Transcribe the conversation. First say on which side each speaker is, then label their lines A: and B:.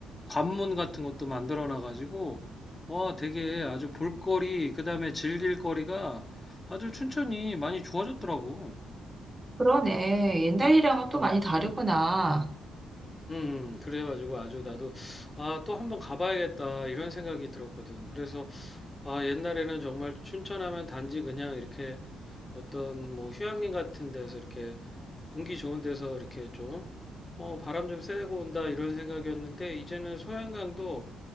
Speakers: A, on the left; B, on the right.
A: 관문 같은 것도 만들어 놔가지고 와 되게 아주 볼거리 그다음에 즐길 거리가 아주 춘천이 많이 좋아졌더라고.
B: 그러네. 옛날이랑은 또 많이 다르구나.
A: 음, 음, 그래가지고 아주 나도 아 또 한번 가봐야겠다 이런 생각이 들었거든. 그래서 아, 옛날에는 정말 춘천하면 단지 그냥 이렇게 어떤 뭐 휴양림 같은 데서 이렇게 공기 좋은 데서 이렇게 좀 어, 바람 좀 쐬고 온다 이런 생각이었는데 이제는 소양강도